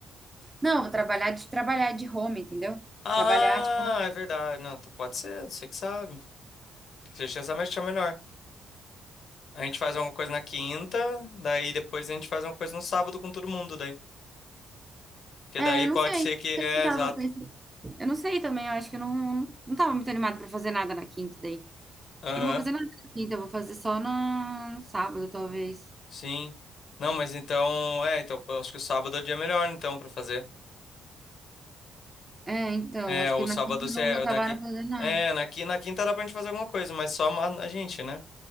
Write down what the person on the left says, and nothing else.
Ah,
é verdade. Não, então pode ser, você que sabe. Você já sabe achar melhor. A gente faz alguma coisa na quinta, daí depois a gente faz alguma coisa no sábado com todo mundo, daí. Porque
daí
pode
ser
que.
É,
exato.
Aham,
sim. Não, mas então. É, então eu acho que o sábado é o dia melhor, então, pra fazer.
É,
o
sábado
você.
É,
Na, qui-
é, na, qui- na quinta dá pra gente fazer alguma coisa, mas só ma- a gente, né?